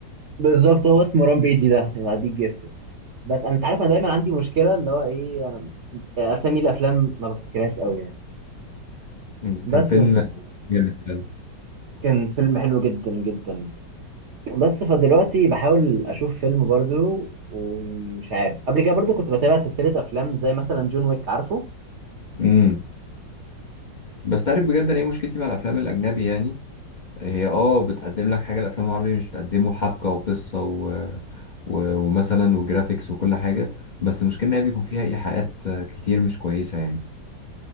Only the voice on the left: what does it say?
مم.
كان فيلم جامد فعلا
امم بس تعرف بجد انا ايه مشكلتي مع الافلام الاجنبي يعني هي اه بتقدم لك حاجه الافلام العربيه مش بتقدمه حبكه وقصه و... و... ومثلا وجرافيكس وكل حاجه بس المشكله ان هي بيكون فيها ايحاءات كتير مش كويسه يعني